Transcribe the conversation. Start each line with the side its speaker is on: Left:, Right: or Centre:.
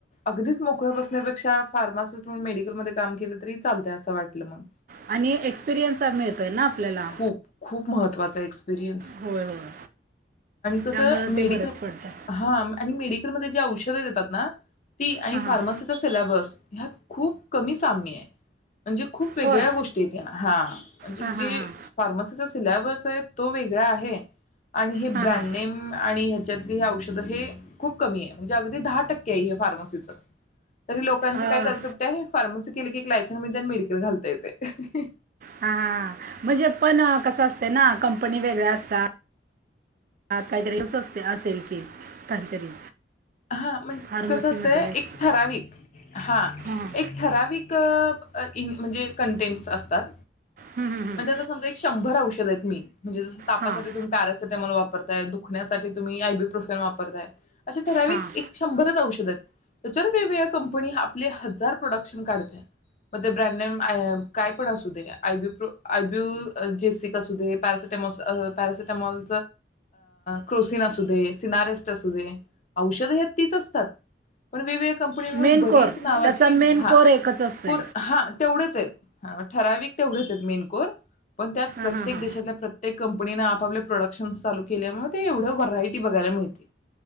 Left: अगदीच मोकळ बसण्यापेक्षा फार्मासिस्टण मेडिकल म काम केलं तरी चालतय असं वाटलं मग
Right: आणि एक्सपिरियन्स मिळतोय ना आपल्याला.
Left: खूप खूप महत्त्वाचा एक्सपिरियन्स
Right: होय होय
Left: कस
Right: त्यामुळं
Left: मेडीकल
Right: ते बरंच पडतं
Left: हा आणि मेडी ज औषध देतात ना ती आणि
Right: हां हां
Left: फार्मसीचा सिलेबस ह्यात खूप कमी साम्य आहे. म्हणजे खूप वेगळ्या
Right: होय
Left: गोष्टीयेत हा म्हणजे
Right: हां हां
Left: जे
Right: हां
Left: फार्मसि सिलेबस आहे तो वेगळा आहे. आणि हे ब्रँड
Right: हां हां
Left: आणि ह्याच्यात औषध हे खूप कमी आहे. म्हणजे अगदी दहा टक्के आहे फार्मसीच तरी लोकांचे
Right: अं,
Left: काय कन्सेप्ट आहे फार्मसी केल की एक लायसन मिळतंय आणि मेडिकल घालता येतंय.
Right: हा हा हा म्हणजे पण कसं असते ना कंपनी वेगळ्या असतात काहीतरी <unintelligible> असेल की काहीतरी.
Left: हा म्हणजे
Right: फार्मसीमध्ये
Left: कस असतंय
Right: हां
Left: एक ठराविक, हा
Right: हां
Left: एक ठराविक कब अ इन म्हणजे कंटेंट असतात.
Right: हम्म, हम्म, हम्म.
Left: म्हणजे आता समजा एक शंभर औषध आहेत मेन. म्हणजे जसं तापासाठी
Right: हा
Left: तुम्ही पॅरासी सिटॅमल वापरताय दुखण्यासाठी तुम्ही आयबी प्रोफल वापरताय अशे ठराविक
Right: हा
Left: एक शंभरच औषध आहेत त्याच्यावर वेगवेगळ्या कंपनी आपले हजार प्रोडक्शन काढतय. मग ते brand name I I am काय पण असू दे आय बी प्रो आय बू जेसिक असू दे पॅरासिटॅमॉल अ पॅरासिटॅमॉल, क्रोसिन असू दे. सिनारेस्ट असू दे. औषध हे तीच असतात पण वेगवे कंपनीनंमूळ
Right: मेन
Left: बरीच
Right: कोर
Left: नावाची
Right: त्याचा मेन
Left: हा
Right: कोर एकच असतोय
Left: कुर हा तेवढेच आहेत हा ठराविक तेवढेच आहेत मेन कोर. पण त्यात
Right: हा
Left: प्रत्येक
Right: हा हा
Left: देशातल्या प्र ते कंपनीन आपापल प्रोडक्शनस चालू केल्यामुळे ते एवढं व्हरायटी बघायला मिळते.